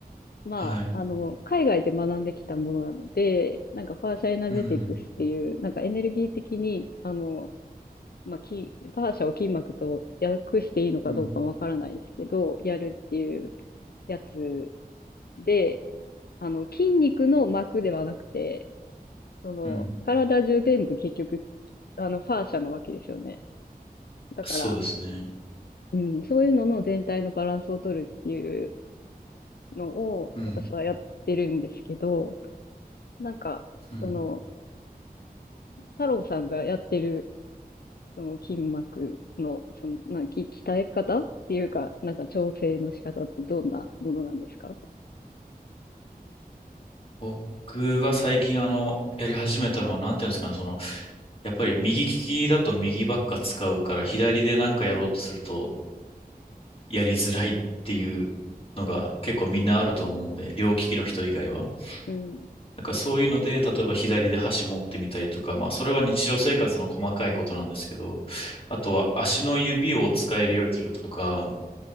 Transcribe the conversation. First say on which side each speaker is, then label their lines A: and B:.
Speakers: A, on the left; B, on the left.
A: まあ、
B: はい。
A: あの、海外で学んできたものなので、なんかファーシャエナジェティクスっていう、
B: うん。
A: なんかエネルギー的に、あの、まあ、き、ファーシャを筋膜と訳していいのかどうかわからないですけど、
B: うん。
A: やるっていうやつで、あの、筋肉の膜ではなくて、その、
B: うん。
A: 体中全部結局、あの、ファーシャなわけですよね。だから、
B: そうですね。
A: うん、そういうのの全体のバランスを取るっていうのを、
B: うん。
A: 私はやってるんですけど、なんか、
B: うん。
A: その、太郎さんがやってる、その筋膜の、その、な、き、鍛え方っていうか、なんか調整の仕方ってどんなものなんですか
B: 僕が最近あの、やり始めたのは、なんていうんですかね、その、やっぱり右利きだと右ばっか使うから、左でなんかやろうとするとやりづらいっていうのが結構みんなあると思うんで、両利きの人以外は。
A: うん。うん。
B: だからそういうので、例えば左で箸持ってみたりとか、まあそれは日常生活の細かいことなんですけど、あとは足の指を使えるようにするとか、